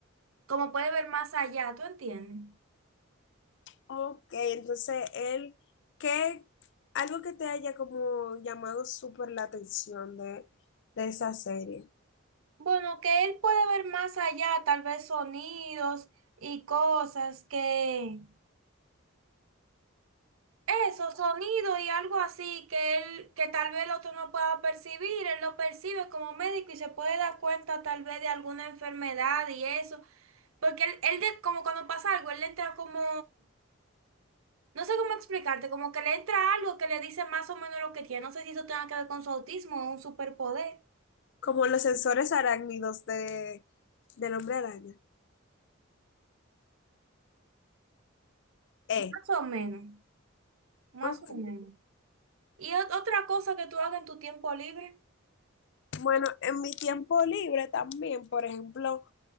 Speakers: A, on the right; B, on the left.
A: como puede ver más allá, ¿tú entiendes?
B: Ok, entonces él, ¿qué, algo que te haya como llamado súper la atención de, de esa serie?
A: Bueno, que él puede ver más allá, tal vez sonidos y cosas que eso, sonido y algo así que él, que tal vez el otro no pueda percibir, él lo percibe como médico y se puede dar cuenta tal vez de alguna enfermedad y eso, porque él, él de- como cuando pasa algo, él le entra como, no sé cómo explicarte, como que le entra algo que le dice más o menos lo que tiene, no sé si eso tenga que ver con su autismo o un superpoder,
B: Como los sensores arácnidos de, del hombre araña. Eh,
A: más o menos, más
B: ok.
A: o menos. Y ot- otra cosa que tú hagas en tu tiempo libre.
B: Bueno, en mi tiempo libre también, por ejemplo,